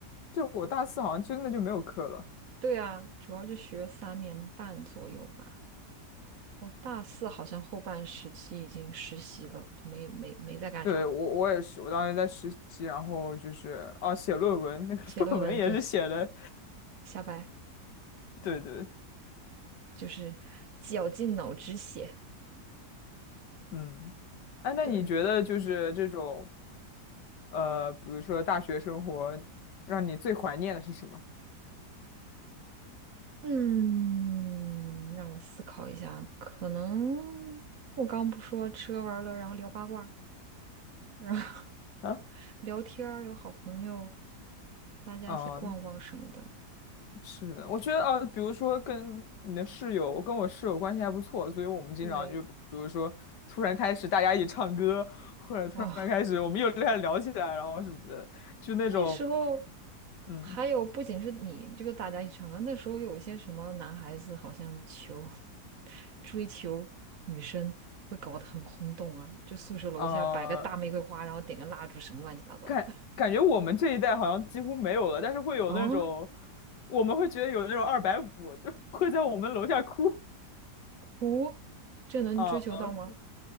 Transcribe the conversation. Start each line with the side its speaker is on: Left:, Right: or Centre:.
Left: 对，我大四好像真的就没有课了。
Right: 对啊，主要就学三年半左右吧。我大四好像后半时期已经实习了，就没没没在干啥，
Left: 对，我我也是，我当时在实习，然后就是哦写论文，那个
Right: 写论文，
Left: <laughs> 论文也是写的，
Right: 对，瞎掰，
Left: 对对，
Right: 就是绞尽脑汁写。
Left: 嗯，哎，那你觉得就是这种
Right: 对，
Left: 呃，比如说大学生活，让你最怀念的是什么？
Right: 嗯，让我思考一下，可能我刚刚不说吃喝玩乐，然后聊八卦，然后
Left: 啊？
Right: <laughs> 聊天儿，有好朋友，大家一起逛逛什么的。
Left: 嗯，是的，我觉得啊，比如说跟你的室友，我跟我室友关系还不错，所以我们经常就比如说突然开始大家一起唱歌，
Right: 对，
Left: 或者突然开始我们又开始聊起来，
Right: 哦，
Left: 然后什么的，就那种。
Right: 那时候
Left: 嗯，
Right: 还有不仅是你这个大家一起唱歌，那时候有一些什么男孩子好像求 <laughs> 追求女生会搞得很轰动啊，就宿舍楼下摆个大玫瑰花，
Left: 呃，
Right: 然后点个蜡烛，什么乱七八糟的。
Left: 感感觉我们这一代好像几乎没有了，但是会有那种，
Right: <laughs> 啊，
Left: 我们会觉得有那种二百五，就会在我们楼下哭
Right: 哦，这能追求到吗？
Left: 啊，